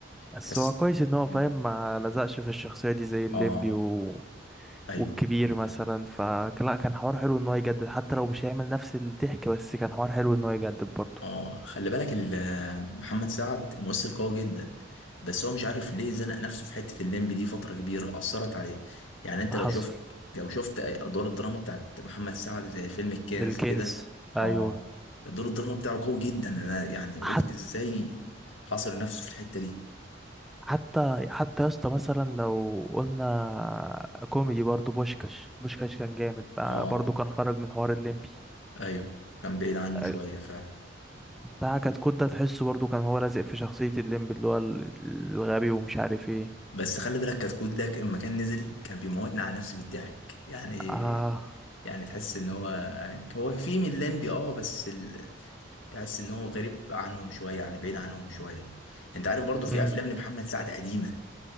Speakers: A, in the centre; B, on the left (about 80°).
A: بس
B: تأس
A: هو كويس ان هو
B: مم.
A: فاهم ما لزقش في الشخصية دي زي الليمبي
B: اه
A: و...
B: ايوه
A: والكبير مثلا فلا كان حوار حلو ان هو يجدد حتى لو مش هيعمل نفس الضحك بس كان حوار حلو ان هو يجدد برضه
B: اه خلي بالك ال- محمد سعد ممثل قوي جدا بس هو مش عارف ليه زنق نفسه في حتة الليمبي دي فترة كبيرة أثرت عليه يعني انت
A: حصل
B: لو شفت لو شفت أدوار الدراما بتاعت محمد سعد زي فيلم الكنز
A: الكنز
B: كده
A: ايوه
B: اه دور الدراما بتاعه قوي جدا انا يعني قلت
A: حتى
B: ازاي حاصر نفسه في الحتة دي
A: حتى حتى يا اسطى مثلا لو قلنا كوميدي برضه بوشكاش بوشكاش كان جامد بقى
B: اه
A: برضه كان خرج من حوار الليمبي
B: ايوه كان بعيد عنه
A: أه،
B: شوية فعلا
A: بتاع كتكوت ده تحسه برضه كان هو لازق في شخصية الليمبي اللي هو ال- الغبي ومش عارف ايه
B: بس خلي بالك كتكوت ده لما كان نزل كان بيموتنا على نفسي بالضحك يعني
A: اه
B: يعني تحس ان هو هو في من لمبي اه بس ال... تحس ان هو غريب عنهم شويه يعني بعيد عنهم شويه انت عارف برضو في
A: امم
B: افلام لمحمد سعد قديمه